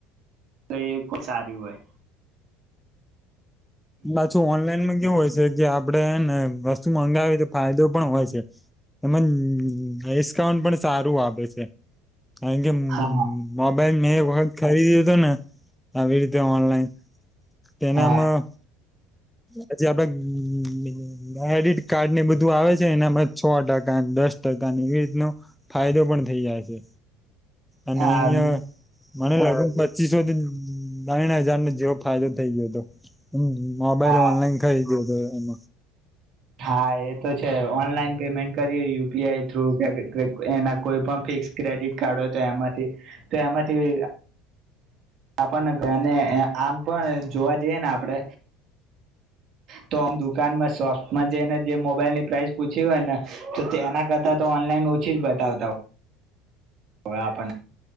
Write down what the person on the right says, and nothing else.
તો એ સારીહોય
હા
હા
આમ
હા
હા એ તો છે. કે ઓનલાઈન પેમેન્ટ કરી હો યુપી આઈ થ્રુ કે એના કોઈ પણ ફિક્સ ક્રેડિટ કાર્ડ હોય તો એમાંથી, તો એમાંથી આપણનેને આમ પણ જોવા જઈએ ને આપણે. તો દુકાનમાં શોપમાં જઈને જે મોબાઈલની પ્રાઇસ પૂછી હોય ને, તો તેના કરતાં તો ઓનલાઈન ઓછી જ બતાવતા હોય. હ પણ